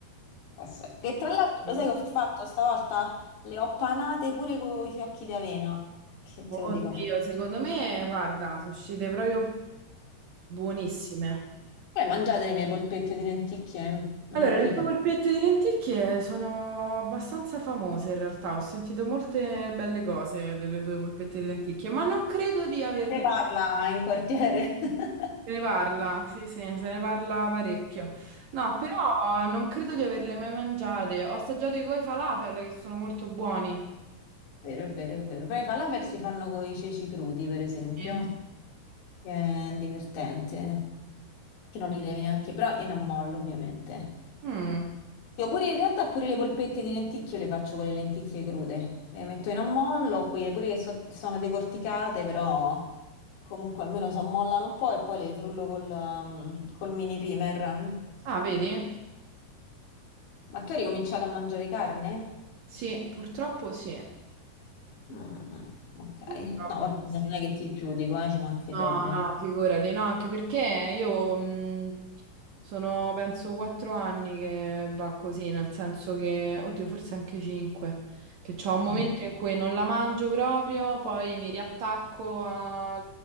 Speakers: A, on the left (about 75°); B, on the right (about 80°).
A: questo è. Che tra l'altro
B: Mm.
A: lo sai che ho fatto stavolta? Le ho panate pure con i fiocchi di avena, che te
B: Oddio,
A: lo dico.
B: secondo me, guarda, sono uscite proprio buonissime.
A: Voi mangiate le mie polpette di lenticchie? Non
B: Allora,
A: me lo
B: le
A: ricordo.
B: tue polpette di lenticchie sono abbastanza famose in realtà. Ho sentito molte belle cose delle tue polpette di lenticchie, ma non credo di averle
A: Ne parla in quartiere. <laughs>
B: Se ne parla, sì, sì, se ne parla parecchio. No, però non credo di averle mai mangiate. Ho assaggiato i coi falafel che sono molto buoni.
A: Vero, è vero, è vero. Però i falafel si fanno con i ceci crudi, per esempio,
B: Sì.
A: che è divertente, che non li devi neanche, però in ammollo, ovviamente.
B: Mm.
A: Io pure in realtà pure le polpette di lenticchie io le faccio con le lenticchie crude. Le metto in ammollo, quelle pure che so- sono decorticate, però comunque almeno si ammollano un po' e poi le frullo col, um, col mini primer.
B: Ah, vedi?
A: Ma tu hai ricominciato a mangiare carne?
B: Sì, purtroppo sì.
A: Mm, ok.
B: Purtroppo
A: No, vabbè,
B: sì.
A: non è che ti giudico, eh, ci mancherebbe.
B: No, no, figurati, no, anche perché io mh, sono penso quattro anni che va così, nel senso che, oddio, forse anche cinque, che c'ho un momento
A: Mm.
B: in cui non la mangio proprio, poi mi riattacco a-